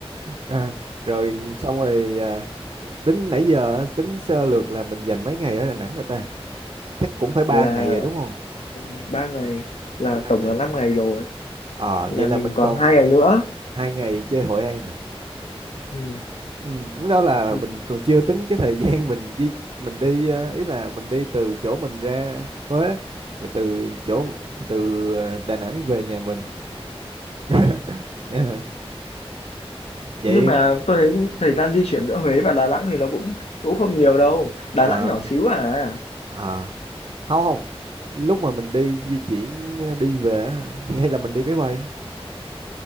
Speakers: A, on the right; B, on the left.
A: à, rồi xong rồi à, tính nãy giờ á, tính sơ lược là mình dành mấy ngày ở Đà Nẵng rồi ta chắc cũng phải ba
B: là
A: ngày rồi đúng không
B: ừ, ba ngày là
A: ba
B: tổng
A: ngày
B: là 5 ngày rồi
A: ờ
B: là
A: vậy là
B: mình
A: mình
B: còn
A: còn
B: hai ngày nữa
A: hai ngày chơi Hội An à?
B: ừ.
A: Ừ, lúc đó là
B: thì-
A: mình còn chưa tính cái thời <laughs> gian mình di mình đi ờ, ý là mình đi từ chỗ mình ra Huế rồi từ chỗ từ ờ, Đà Nẵng về nhà mình <laughs> Ờ, vậy
B: nhưng mà tôi thấy thời gian di chuyển giữa Huế và Đà Nẵng thì nó cũng cũng không nhiều đâu Đà
A: ờ
B: Nẵng nhỏ xíu à
A: ờ, không không lúc mà mình đi di chuyển ờ, đi về á, hay là mình đi máy bay